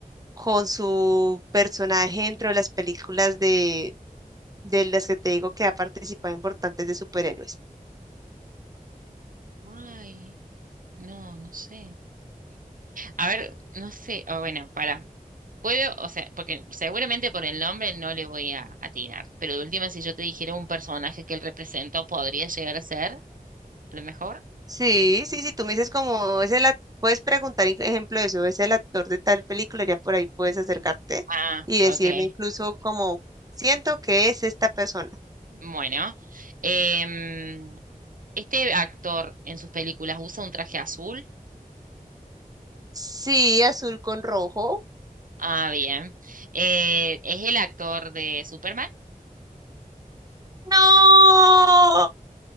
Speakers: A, on the right (about 25°); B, on the right (about 65°).
A: con su personaje dentro de las películas de, de las que te digo que ha participado importantes de superhéroes.
B: Ay, no, no sé. A ver, no sé. Ah, bueno, para. Puedo, o sea, porque seguramente por el nombre no le voy a atinar, pero de última, si yo te dijera un personaje que él representó, podría llegar a ser, a lo mejor.
A: Sí, sí, sí, tú me dices como, es el, ac- puedes preguntar, in- ejemplo, de eso, es el actor de tal película, ya por ahí puedes acercarte
B: Ah,
A: y decirme
B: ok.
A: incluso como, siento que es esta persona.
B: Bueno, em, este actor en sus películas usa un traje azul.
A: Sí, azul con rojo.
B: Ah, bien. Eh, ¿es el actor de Superman?
A: No,